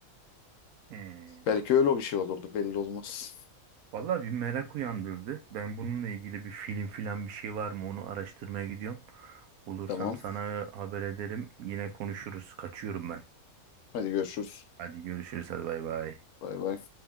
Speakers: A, on the right; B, on the left.
A: Hmm.
B: Belki öyle bir şey olurdu belli olmaz.
A: Vallahi bir merak uyandırdı. Ben bununla ilgili bir film filan bir şey var mı onu araştırmaya gidiyorum. Bulursam
B: Tamam.
A: sana haber ederim. Yine konuşuruz. Kaçıyorum ben.
B: Hadi görüşürüz.
A: Hadi görüşürüz. Hadi bay bay.
B: Bay bay.